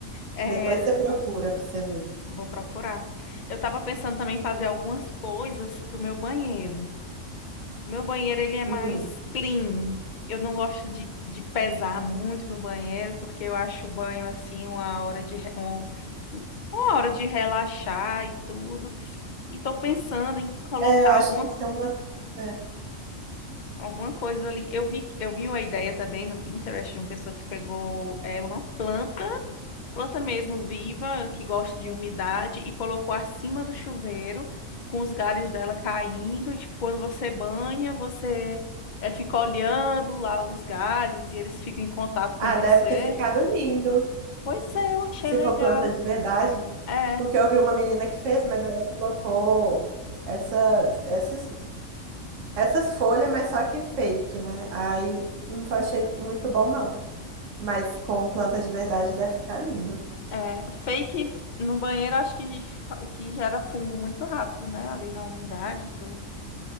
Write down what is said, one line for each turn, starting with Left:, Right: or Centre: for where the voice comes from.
Left: é,
Right: Depois você procura pra você ver.
Left: vou procurar. Eu estava pensando também em fazer algumas coisas pro meu banheiro. O meu banheiro, ele é mais
Right: Hum.
Left: clean. Eu não gosto de, de pesar muito no banheiro, porque eu acho o banho, assim, uma hora de, re- um- uma hora de relaxar e tudo. E tô pensando em colocar
Right: É, eu acho
Left: alguma,
Right: que tem
Left: co-
Right: que ser uma. é,
Left: alguma coisa ali. Eu vi, eu vi uma ideia também no Pinterest de uma pessoa que pegou é, uma planta planta mesmo viva, que gosta de umidade, e colocou acima do chuveiro, com os galhos dela caindo. E, tipo, quando você banha, você eh, fica olhando lá os galhos e eles ficam em contato com
Right: Ah,
Left: você.
Right: deve ter ficado lindo,
Left: Pois é, eu achei
Right: se
Left: legal.
Right: for planta de verdade.
Left: É,
Right: Porque eu vi uma menina que fez, mas ela colocou essas, esses, essas folhas, mas só que fake, né? Aí não achei muito bom, não. Mas com planta de verdade deve ficar lindo.
Left: é. Fake no banheiro, acho que, fa- que gera fungo muito rápido, né? Ali na umidade e tudo.